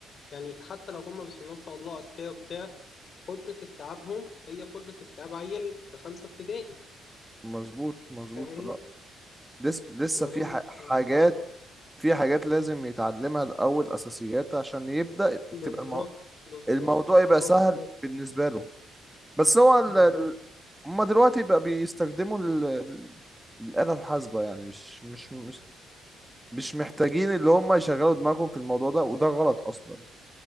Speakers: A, on the left; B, in the centre.
A: يعني حتى لو هم بسم الله ما شاء الله اذكياء وبتاع قدرة استيعابهم هي قدرة استيعاب عيل في خمسة ابتدائي
B: مظبوط مظبوط
A: فاهمني
B: آه. لس لسه
A: الموضوع
B: في
A: بيبقى
B: ح- حاجات
A: صعب
B: في حاجات لازم يتعلمها الأول أساسيات عشان يبدأ
A: بالظبط
B: تبقى المو...
A: بالظبط
B: الموضوع يبقى
A: اه
B: سهل
A: بالظبط
B: بالنسبة له بس هو ال...
A: بالظبط
B: ال- هما دلوقتي بقى بيستخدموا ال... ال- الآلة الحاسبة يعني مش مش مش مش محتاجين اللي هما يشغلوا دماغهم في الموضوع ده وده غلط أصلا